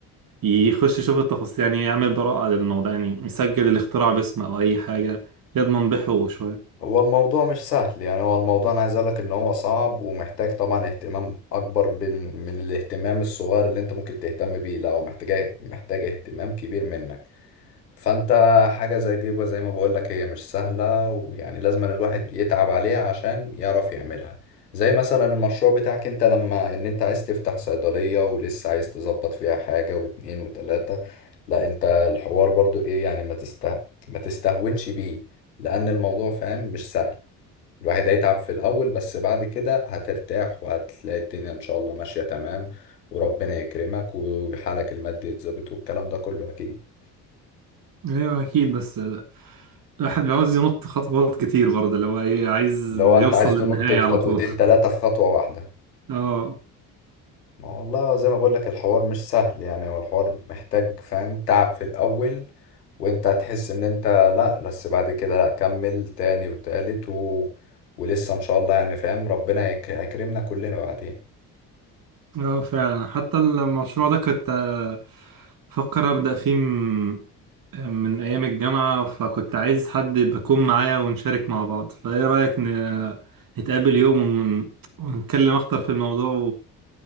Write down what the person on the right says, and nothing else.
يخش يشوف التفاصيل يعني يعمل براءة للموضوع يعني يسجل الاختراع باسمه أو أي حاجة يضمن بحقوقه شوية
أيوة أكيد بس الواحد عاوز ينط خطوات كتير برضه اللي هو إيه عايز
يوصل
للنهاية
على طول
اه
اه فعلا حتى المشروع ده كنت آه، فكر أبدأ فيه م- من أيام الجامعة فكنت عايز حد بكون معايا ونشارك مع بعض فإيه رأيك ن- نتقابل يوم ون- ونتكلم أكتر في الموضوع